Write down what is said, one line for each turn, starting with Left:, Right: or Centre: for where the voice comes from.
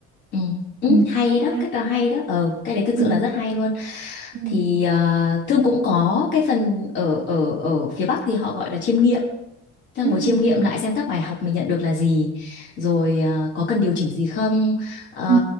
Left: ừ ừ,
Right: ừ
Left: <laughs> hay đó
Right: đó
Left: cách nào hay đó ừ cái đấy thực
Right: ừ
Left: sự là rất hay luôn
Right: ừ
Left: thì uh, Thương cũng có cái phần ở ở ở phía Bắc thì họ gọi là chiêm nghiệm Thế
Right: ừ
Left: là ngồi chiêm nghiệm
Right: ừ
Left: lại xem các bài học mình nhận được là gì, rồi ờ, có cần điều chỉnh gì không, ờ,
Right: ừ